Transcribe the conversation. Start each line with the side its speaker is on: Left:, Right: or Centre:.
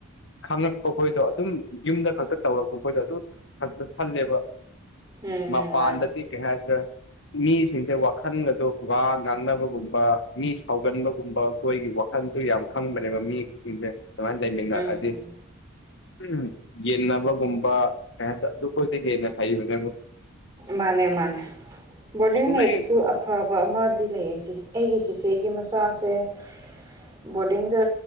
Left: ꯈꯉꯛꯄꯈꯣꯏꯗꯣ ꯑꯗꯨꯝ ꯌꯨꯝꯗ ꯈꯛꯇ ꯇꯧꯔꯛꯄ ꯑꯩꯈꯣꯏꯗꯣ ꯑꯗꯨꯝ ꯈꯛꯇ ꯈꯜꯂꯦꯕ
Right: ꯎꯝ
Left: ꯃꯄꯥꯟꯗꯗꯤ
Right: ꯎꯝ ꯃꯥꯅꯦ
Left: ꯀꯩ ꯍꯥꯏꯗ꯭ꯔꯥ ꯑꯩꯈꯣ ꯃꯤꯁꯤꯡꯁꯦ ꯋꯥꯈꯜꯒꯗꯣ ꯋꯥ ꯉꯥꯡꯅꯕꯒꯨꯝꯕ ꯃꯤ ꯁꯥꯎꯒꯟꯕꯒꯨꯝꯕ ꯑꯩꯈꯣꯏꯒꯤ ꯈꯪꯁꯨ ꯌꯥꯝ ꯈꯪꯕꯅꯦꯕ ꯃꯤꯁꯤꯡꯁꯦ ꯑꯗꯨꯃꯥꯏꯅ ꯂꯩꯃꯤꯟꯅꯑꯗꯤ
Right: ꯎꯝ ꯎꯝ
Left: ꯎꯝ ꯌꯦꯟꯅꯕꯒꯨꯝꯕ꯫ <unintelligible> ꯑꯗꯨꯈꯣꯏꯗꯤ ꯍꯦꯟꯅ ꯍꯩꯕꯅꯦꯕ
Right: ꯃꯥꯅꯦ ꯃꯥꯅꯦ ꯕꯣꯔꯗꯤꯡ
Left: ꯁꯨꯡꯂꯩ
Right: ꯂꯩꯕꯤꯁꯨ ꯑ ꯐꯥꯕ ꯑꯃꯗꯤ ꯂꯩꯌꯦ ꯁꯤꯁꯦ ꯑꯩꯒꯤ ꯆꯦꯆꯦꯒꯤ ꯃꯆꯥꯁꯦ ꯑꯁ ꯕꯣꯔꯗꯤꯡꯗ